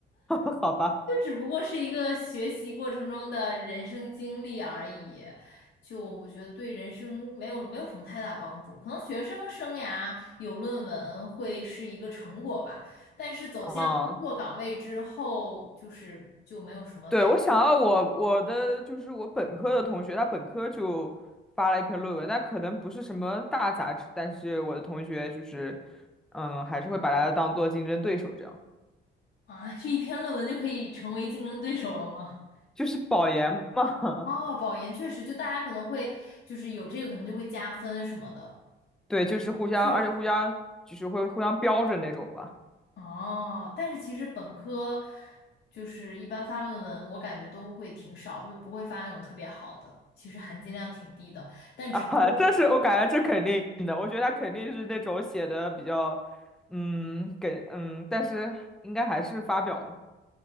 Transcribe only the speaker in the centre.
<laughs> 好吧，
嗯，
对，我想要我我的就是我本科的同学，他本科就发了一篇论文，但可能不是什么大杂志，但是我的同学就是，嗯，还是会把它当做竞争对手，这样
就是保研嘛，
<laughs> 对，就是互相，
而且互相就是会互相标着那种吧。
<laughs> 啊，但是我感觉这肯定的，我觉得他肯定是那种写的比较，嗯，给，嗯，但是应该还是发表了。